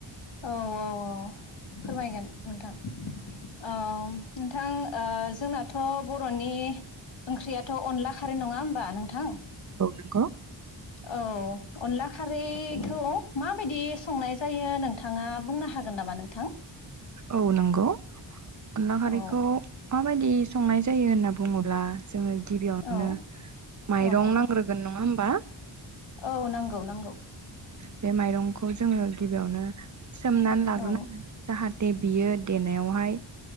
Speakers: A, on the left (about 75°); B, on the right (about 40°).
A: औ औ औ फोरमायगोन नोंथां। ओम नोंथां ओ- जोंनाथ' बर'नि ओंख्रियाथ' अनला खारै नङा होमबा नोंथां?
B: औ नोंगौ
A: औ अनला खारैखौ माबायदि संनाय जायो नों? थाङा बुंनो हागोन नामा नोंथां?
B: औ नंगौ अनला खारैखौ
A: औ
B: माबायदि संनाय जायो होनना बुङोब्ला जोङो। गिबियावनो
A: औ
B: माइरं
A: औ
B: नांग्रोगोन नङा होमबा?
A: औ नंगौ नंगौ।
B: बे माइरंखौ जोङो गिबियावनो सोमनानै लाग्रोनांगोन
A: औ
B: जाहाथे दे बियो देनायावहाय